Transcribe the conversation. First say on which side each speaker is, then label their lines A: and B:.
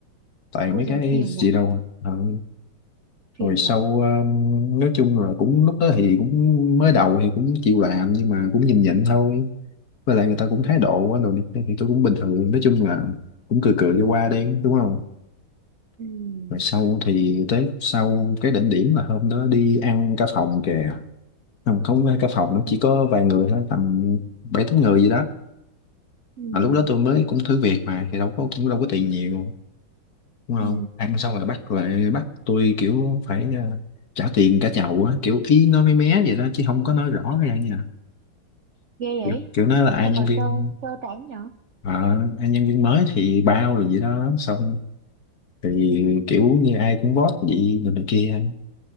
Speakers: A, on the left; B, on the right.
A: toàn
B: ôi
A: mấy
B: giời
A: cái
B: phiền
A: gì
B: nhở
A: đâu à. Ờ.
B: phiền
A: rồi sau
B: nhở
A: ờ, nói chung là cũng lúc đó thì cũng mới đầu thì cũng chịu làm nhưng mà cũng nhịn nhịn thôi với lại người ta cũng thái độ á, đồ này kia thì tôi cũng bình thường nói chung là cũng cười cười cho qua đi đúng không
B: ừ
A: rồi sau thì tới sau cái đỉnh điểm là hôm đó đi ăn cả phòng kìa không không phải cả phòng
B: ừ
A: nó chỉ có vài người thôi tầm bảy tám người gì đó
B: ừ
A: mà lúc đó tôi mới cũng thử việc mà thì đâu có cũng đâu có tiền nhiều đúng không
B: ừ
A: ăn xong rồi bắt lại bắt tôi kiểu phải ờ, trả tiền cả chầu á kiểu ý nói mé mé vậy đó chứ không có nói rõ ra nha
B: ghê vậy
A: kiểu, kiểu nói là ai
B: sao
A: nhân
B: mà
A: viên
B: trơ trơ trẽn nhở
A: ờ, ai nhân viên mới thì bao rồi vậy đó xong thì kiểu như ai cũng vote vậy rồi này kia